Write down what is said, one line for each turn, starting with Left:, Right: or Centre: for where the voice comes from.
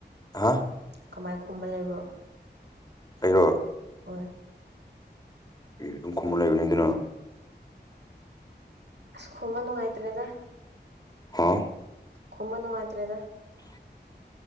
Left: ꯍꯥ
Right: ꯀꯃꯥꯏ ꯈꯨꯝꯃ ꯂꯩꯕ꯭ꯔꯣ
Left: ꯑꯩꯔꯣ
Right: ꯍꯣꯏ
Left: ꯑꯦ ꯑꯗꯨꯝ ꯈꯨꯝꯃꯥ ꯂꯩꯕꯅꯤꯗꯅ
Right: ꯑꯁ ꯈꯨꯝꯃ ꯅꯨꯉꯥꯏꯇ꯭ꯔꯦꯗ
Left: ꯍꯥ
Right: ꯈꯨꯨꯝꯃ ꯅꯨꯉꯥꯏꯇ꯭ꯔꯦꯗ